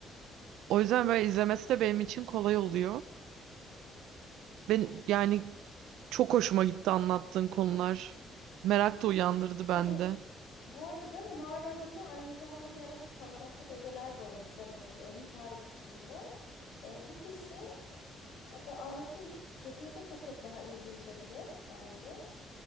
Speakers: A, on the right; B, on the left.
A: O yüzden böyle izlemesi de benim için kolay oluyor. Ben yani Çok hoşuma gitti anlattığın konular. Merak da uyandırdı bende.
B: <laughs> Bu arada mağara adamı aynı zamanda birazcık fantastik ögeler bağın- barındırıyor hikaye kısmında. Ee, bu kişi hatta anlatayım kesinlikle çok çok daha ilgini çekecek bence.